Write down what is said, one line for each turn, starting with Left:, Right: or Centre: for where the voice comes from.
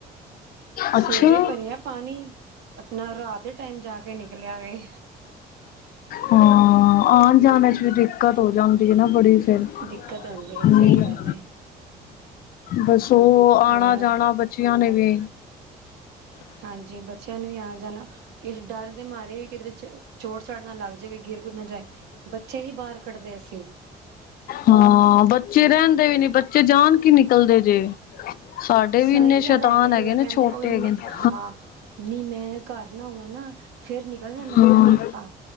Left: ਅੱਛਾ
Right: ਸਵੇਰੇ
Left: ਹਾਂ
Right: ਭਰਿਆ ਪਾਣੀ ਆਪਣਾ ਰਾਤ ਦੇ ਟਾਈਮ ਜਾ ਕੇ ਨਿਕਲਿਆ ਵੇ।
Left: ਹਾਂ ਆਣ-ਜਾਣ ਨ ਚ ਵੀ ਦਿੱਕਤ ਹੋ ਜਾਂਦੀ ਏ ਨਾ ਬੜੀ ਫੇਰ
Right: ਦਿੱਕਤ ਹੁੰਦੀ ਹੈ
Left: ਹੂੰ।
Right: ਸਹੀ ਗੱਲ ਹੈ
Left: ਬਸ ਉਹ ਆਣਾ-ਜਾਣਾ
Right: ਹੋਰ
Left: ਬੱਚਿਆਂ ਨੇ ਵੀ। <unintelligible>
Right: ਹਾਂਜੀ ਬੱਚਿਆਂ ਨੂੰ ਵੀ ਆਉਣਾ ਜਾਣਾ ਇਸ ਡਰ ਦੇ ਮਾਰੇ ਵੀ ਕਿਧਰੇ ਚੋਟ ਚਾਟ ਨਾ ਲੱਗ ਜਾਏ ਕੋਈ ਗਿਰ ਗੁਰ ਨਾ ਜਾਏ ਬੱਚੇ ਨੀ ਬਾਹਰ ਕੱਢਦੇ ਅਸੀਂ
Left: ਹਾਂ ਬੱ ਚੇ ਰਹਿੰਦੇ ਵੀ ਨੀ ਬੱ ਚੇ ਜਾਨ ਕੇ ਨਿਕਲਦੇ ਜੇ ਸਾਡੇ
Right: ਸਾਈਕਲਾਂ
Left: ਵੀ ਇੰਨੇ ਸ਼ੈਤਾਨ
Right: ਲੈ ਕੇ ਟੁਰ
Left: ਹੈਗੇ ਨੇ
Right: ਪੈਂਦੇ
Left: ਛੋਟੇ
Right: ਉਹ ਵੀ ਮੈਂ
Left: ਹੈਗੇ ਨੇ।
Right: ਹਾਂ ਨੀ ਮੈਂ ਘਰ ਨਾ ਹੋਵਾ ਨਾ ਫੇਰ ਨਿਕਲ ਜਾਂਦਾ
Left: ਹਾਂ
Right: ਮੇਰਾ ਕਾਕਾ।